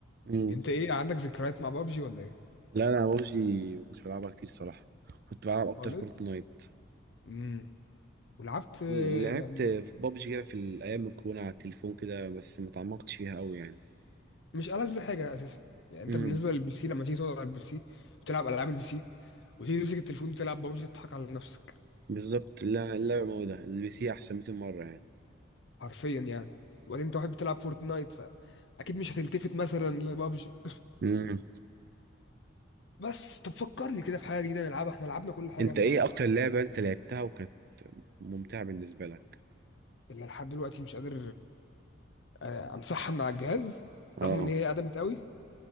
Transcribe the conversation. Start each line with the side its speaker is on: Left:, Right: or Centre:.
Right: امم
Left: انت ايه عندك ذكريات مع بابجي ولا ايه
Right: لا انا بابجي مش بلعبها كتير صراحه كنت بلعب اكتر
Left: خالص
Right: فورتنايت
Left: امم ولعبت آم،
Right: لعبت في بابجي كده في الايام الكورونا على التليفون كده بس ما تعمقتش فيها قوي يعني
Left: مش ألذ حاجه اساسا يعني انت
Right: امم
Left: بالنسبه للبي سي لما تيجي تقعد على البي سي وتلعب العاب البي سي وتيجي تمسك التليفون وتلعب بابجي تضحك على نفسك
Right: بالظبط لا اللعبه موجوده البي سي احسن 200 مره يعني
Left: حرفيا يعني وبعدين انت واحد بتلعب فورتنايت فاكيد مش هتلتفت مثلا لبابجي
Right: امم
Left: بس طب فكرني كده في حاجه جديده نلعبها احنا لعبنا كل حاجه
Right: انت
Left: انت
Right: ايه
Left: عارف
Right: اكتر لعبه انت لعبتها وكانت ممتعه بالنسبه لك
Left: اللي لحد دلوقتي مش قادر آه، امسحها مع الجهاز
Right: اه
Left: رغم ان هي قدمت قوي